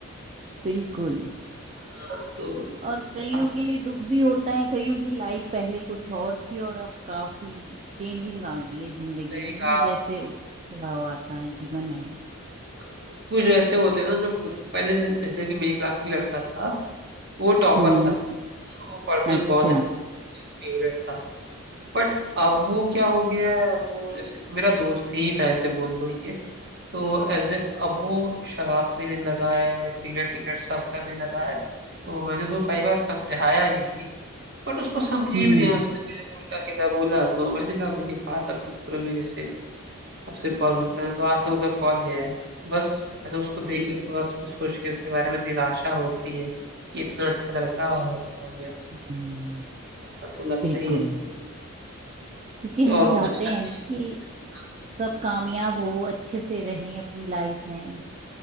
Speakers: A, on the right; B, on the right.
A: बिल्कुल
B: हाँ, तो
A: और कईयों
B: आप
A: के लिए दुख भी होता है कईयों की लाइफ पहले कुछ और थी और अब काफी चेंजिंग आ गई है जिंदगी
B: सही
A: में
B: कहा
A: ना
B: आपने।
A: जैसे उतार चढ़ाव आता है जीवन है
B: कुछ ऐसे होते हैं ना जो खुद को पहले जैसे, जैसे कि मेरी क्लास में एक लड़का था वो टॉपर
A: हम्म
B: था हाँ, वो पढ़ते
A: अच्छा
B: में बहुत अच्छा था टीचर्स फेवरेट था बट अब वो क्या हो गया है अब वो जैसे मेरा दोस्त ही था ऐसे बोल लो ये तो एज ए अब वो शराब पीने लगा है सिगरेट टिगरेट सब करने लगा है तो मैंने उसको कई बार समझाया ये चीज बट उसको समझी
A: हम्म
B: भी नहीं उसने मेरे को उल्टा सीधा बोला तो मैंने कहा भैया बात मत करो मेरे से अब से कॉल मत करना तो आज तक उसका कॉल नहीं आया बस ऐसे उसको देख के थोड़ा उसको सोच के उसके बारे में निराशा होती है कि इतना अच्छा लड़का और ऐसा हो गया
A: हम्म,
B: ऐसा तो लगता
A: बिल्कुल
B: ही है
A: क्योंकि हम
B: और
A: चाहते
B: कुछ अच्छे
A: हैं ना
B: भी
A: कि
B: होते हैं हाँ,
A: सब कामयाब हो अच्छे से रहें अपनी लाइफ में